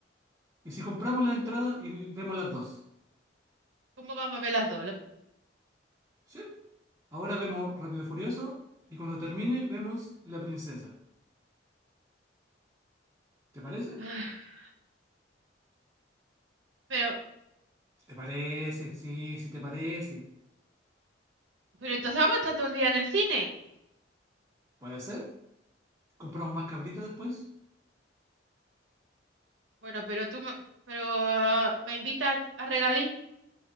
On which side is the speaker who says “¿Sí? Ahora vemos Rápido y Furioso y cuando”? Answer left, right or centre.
Right